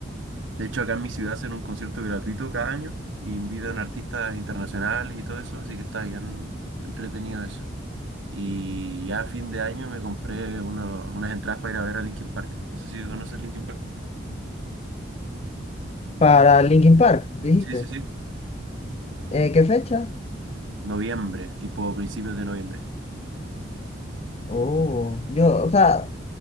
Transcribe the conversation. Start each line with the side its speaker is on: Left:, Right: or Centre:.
Right: De hecho, acá en mi ciudad hacen un concierto gratuito cada año y invitan artistas internacionales y todo eso, así que está bien entretenido eso. Y ya a fin de año me compré uno- unas entradas para ir a ver a Linkin Park. No sé si conoces Linkin Park.
Left: Para Linkin Park, dijiste.
Right: Sí, sí, sí.
Left: Eh, ¿qué fecha?
Right: Noviembre, tipo principios de noviembre.
Left: Oh, yo, o sea,